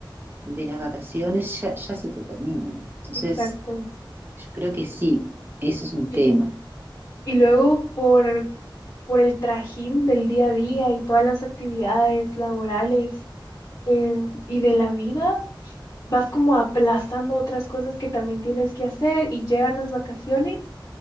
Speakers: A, on the right; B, on the left.
A: de las vacaciones ya, ya se te terminan. Entonces,
B: exacto.
A: yo creo que sí, eso es un
B: Y,
A: tema.
B: y luego por por el trajín del día a día y todas las actividades laborales eh, y de la vida, vas como aplazando otras cosas que también tienes que hacer y llegan las vacaciones